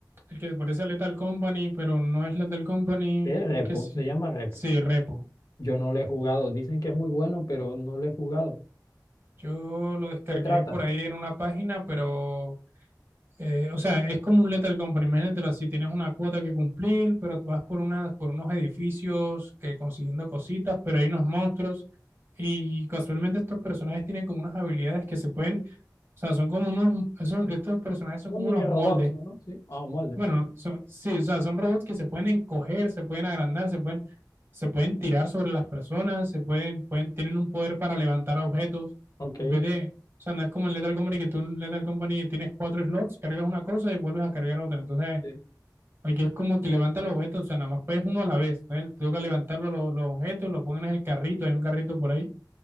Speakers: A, on the right; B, on the left.
A: el que te parece a Lethal Company, pero no es Lethal Company,
B: Es
A: ¿cómo
B: Repo,
A: es que sí?
B: se llama Repo.
A: Sí, Repo.
B: Yo no lo he jugado, dicen que es muy bueno, pero no lo he jugado.
A: Yo lo descargué
B: ¿Qué trata?
A: por ahí en una página, pero, eh, o sea, es como un Lethal Company, imagínatelo así, tienes una cuota que cumplir, pero vas por unas, por unos edificios que consiguiendo cositas, pero hay unos monstruos y casualmente estos personajes tienen como unas habilidades que se pueden, o sea, son como unos, esos- estos personajes son
B: Son
A: como
B: mini
A: unos
B: robots,
A: moldes
B: ¿no? Sí, ah, moldes,
A: bueno,
B: sí.
A: son, sí, o sea, son robots que se pueden encoger, se pueden agrandar, se pueden, se pueden tirar sobre las personas, se pueden, pueden, tienen un poder para levantar objetos.
B: Ok.
A: En vez de, o sea, no es como en Lethal Company que tú en Lethal Company tienes cuatro slots, cargas una cosa y vuelves a cargar otra. Entonces,
B: Sí.
A: aquí es como que levanta los objetos, o sea, nada más puedes uno a la vez. ¿no? Te toca levantar los, los objetos, lo ponen en el carrito, hay un carrito por ahí,